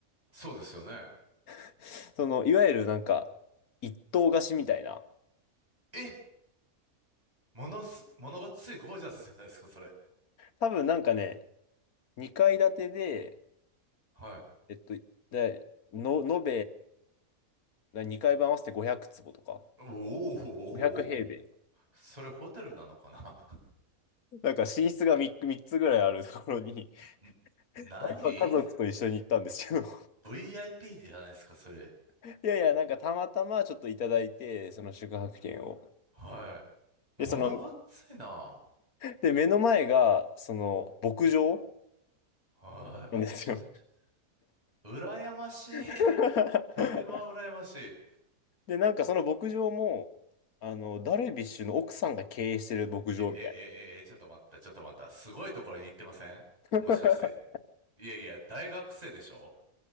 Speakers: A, on the right (about 25°); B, on the left (about 85°).
A: そうですよね。
B: <laughs> その、いわゆるなんか、一棟貸しみたいな。
A: え、ものす、ものがついゴージャスじゃないですか、それ。
B: 多分なんかね、2階建てで、
A: はい。
B: えっと、で、の、延べ2階分合わせて500坪とか、
A: おおーおーおーおー
B: 500平米。
A: それホテルなのかな
B: なんか寝室が3、三つぐらいあるところに、
A: ん <laughs> 何
B: まあか家族と一緒に行ったんですけど、
A: ?VIP じゃないですか、それ。
B: <laughs> いやいや、なんかたまたまちょっといただいて、その宿泊券を。
A: は
B: で、
A: い。ものがついな。
B: その、で、目の前が、その、牧場
A: はい、めちゃくちゃ。
B: なんですよ。
A: 羨ましい。
B: <laughs>
A: それは羨ましい。
B: で、なんかその牧場も、あの、ダルビッシュの奥さんが経営してる牧場みたいな。
A: え、え、え、え、ちょっと待った、ちょっと待った。すごいところに行ってませんもしかして。
B: <laughs>
A: いやいや、大学生でしょ